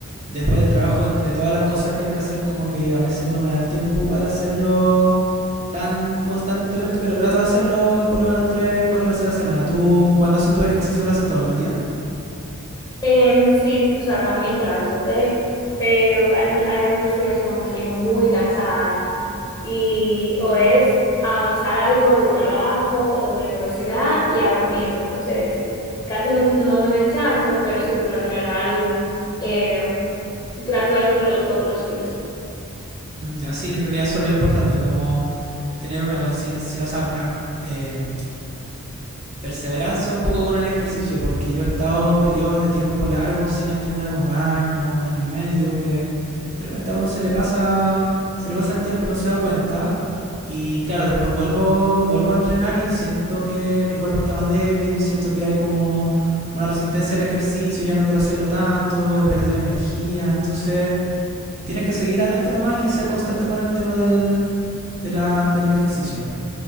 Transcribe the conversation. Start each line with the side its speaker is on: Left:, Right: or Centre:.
Right: Después del trabajo, entre todas las cosas que hay que hacer, como que a veces no me da el tiempo para hacerlo tan constantemente, pero trato de hacerlo por lo menos tres, cuatro veces a la semana. ¿Tú cuando haces tu ejercicio lo haces todos los días?
Left: Em, sí, o sea, también trato de, pero hay, hay algunos días como que llego muy cansada y o es avanzar algo del trabajo o de la universidad y a dormirme. Entonces, casi no, no me da el chance, pero sí por lo general em, trato de hacerlo todos los días.
Right: Mm, Ya sí, en realidad eso es lo importante, como tener una conciencia, o sea, una, eh, perseverancia un poco con el ejercicio, porque yo he estado periodos de tiempo largos sin entrenar un año, un año y medio, que de repente a uno se le pasa, se le pasa el tiempo y no se da cuenta. Y claro, después vuelvo, vuelvo a entrenar y siento que mi cuerpo está más débil, siento que hay como una resistencia al ejercicio, ya no quiero hacerlo tanto, he perdido energía, entonces tienes que seguir adelante nomás y ser constante con el tema del, de la, del ejercicio.